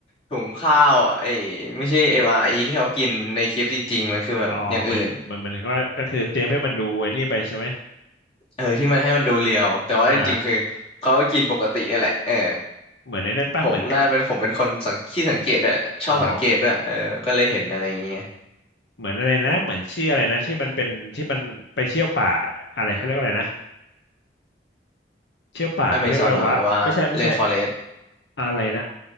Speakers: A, on the left (about 35°); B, on the left (about 85°).
A: ถุงข้าวไอ้ไม่ใช่เอ็มอาร์อีที่เขากินในคลิปจริงๆมันคือแบบอย่างอื่น
B: อ๋อเหมือนเหมือนเหมือนก็ก็คือเตรียมให้มันดูไอ้นี่ไปใช่ไหม
A: เออที่มันให้มันดูเรียวแต่ว่าจริงๆคือเขาก็กินปกตินี่แหละเออ
B: อ่าเหมือนไอ้นั่นป่ะเหมือนกบ
A: ผมน่าเป็นผมเป็นคนสังขี้สังเกตด้วยชอบสังเกตด้วยเออก็เลยเห็นอะไรอย่างเงี้ย
B: อ๋อเหมือนอะไรนะเหมือนชื่ออะไรนะที่มันเป็นที่มันไปเที่ยวป่าอะไรเขาเรียกว่าอะไรนะเที่ยวป่าเขาเรียกว่าอะไรวะไม่ใช่ไม่ใช่อ
A: อเมซอนเหรอหรือว่าเรนฟอเรสต์
B: อะไรนะ